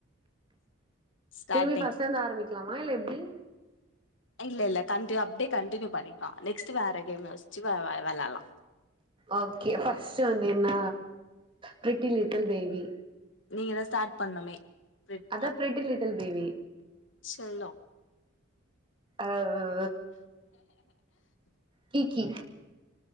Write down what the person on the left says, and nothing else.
ஸ்டார்டிங்
இல்ல இல்ல கண்டினியூ அப்டியே கண்டினியூ பண்ணிக்லா நெக்ஸ்ட் வேற கேம் யோஸ்ச்சு வேற வெளையாடலா
நீங்க தா ஸ்டார்ட் பண்ணுமே ப்ரிட்
செல்லோ